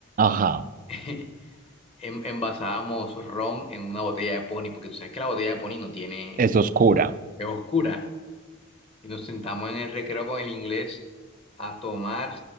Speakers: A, on the right; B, on the left.
A: Ajá.
B: <laughs> en- envasábamos ron en una botella de poni, porque tú sabes que la botella de poni no tiene,
A: Es oscura.
B: es oscura. Y nos sentamos en el recreo con el inglés a tomar